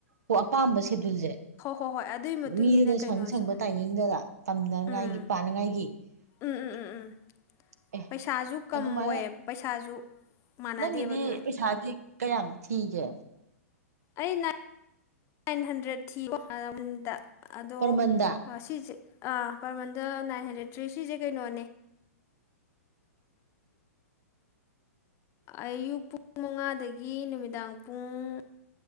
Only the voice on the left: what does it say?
ꯍꯣꯏ ꯍꯣꯏ ꯑꯗꯨꯒꯤ ꯃꯇꯨꯡ
ꯏꯟꯅ ꯀꯩꯅꯣꯁꯨ
ꯎꯝ
ꯎꯝ ꯎꯝ ꯎꯝ ꯎꯝ ꯄꯩꯁꯥꯁꯨ ꯀꯝ
ꯑꯣꯏꯌꯦ ꯄꯩꯁꯥꯁꯨ ꯃꯥꯟꯅꯗꯦꯕ
ꯑꯗꯨꯅ
ꯑꯩꯅ ꯅꯥꯏꯟ ꯍꯟꯗ꯭ꯔꯦꯠ ꯊꯤ ꯋꯥꯗ ꯑꯗꯣ
ꯁꯤꯁꯦ ꯑꯥ ꯄꯥꯔ ꯃꯟꯗ ꯅꯥꯏꯟ ꯍꯟꯗ꯭ꯔꯦꯗ ꯊ꯭ꯔꯤ ꯁꯤꯁꯦ ꯀꯩꯅꯣꯅꯦ ꯑꯌꯨꯛ ꯄꯨꯡ ꯃꯉꯥꯗꯒꯤ ꯅꯨꯃꯤꯗꯥꯡ ꯄꯨꯡ